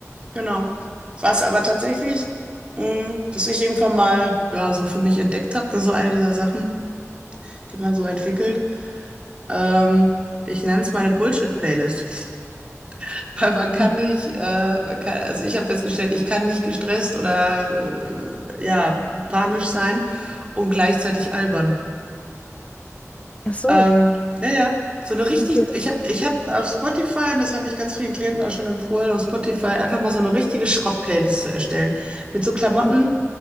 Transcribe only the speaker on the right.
Genau. Was aber tatsächlich, mh, was ich irgendwann mal, ja, so für mich entdeckt habe, das ist so eine dieser Sachen, die man so entwickelt. Ähm, ich nenne es meine Bullshit-Playlist. <laughs> Weil man kann
nicht, äh, man kann, also ich habe festgestellt, ich kann nicht gestresst oder äh, ja, panisch sein und gleichzeitig albern.
Ähm, ja, ja. So eine richtig,
ich habe ich hab auf Spotify, und das habe ich ganz vielen Klienten auch schon empfohlen, auf Spotify einfach mal so eine richtige Schrott-Playlist zu erstellen. Mit so Klamotten.